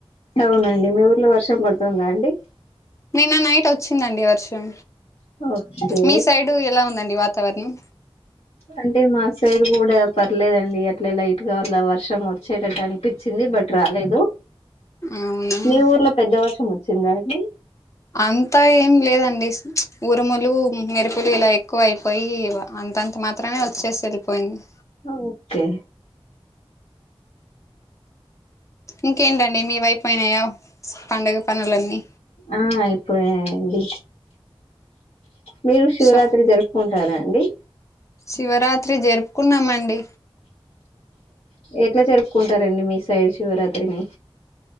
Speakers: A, on the left; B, on the left.
A: అవునండి మీ ఊర్లో వర్షం పడుతుందా అండి
B: నిన్న నైట్ వచ్చిందండి వర్షం
A: ఓకే
B: మీ సైడ్ ఎలా ఉందండి వాతావరణం
A: అంటే మా సైడ్ కూడా పర్లేదండి అట్లే లైట్ గా వా వర్షం వచ్చేటట్టు అనిపిచింది బట్ రాలేదు
B: అవునా
A: మీ ఊర్లో పెద్ద వర్షం వచ్చింద అండి
B: అంతా ఏం లేదండి ఉరుములు మెరుపులు ఇలా ఎక్కువ అయిపోయి అంతంత మాత్రమే వచ్చేసేళ్ళిపోయింది
A: ఓకే
B: ఇంకేంటండి మీ వైపోయినాయా పండుగ పనులన్నీ
A: ఆ అయిపోయాయండి మీరు శివరాత్రి
B: సో
A: జరుపుకుంటారా అండి
B: శివరాత్రి జరుపుకున్నామండి
A: ఎట్లా జరుపుకుంటారండి మీ సైడ్ శివరాత్రిని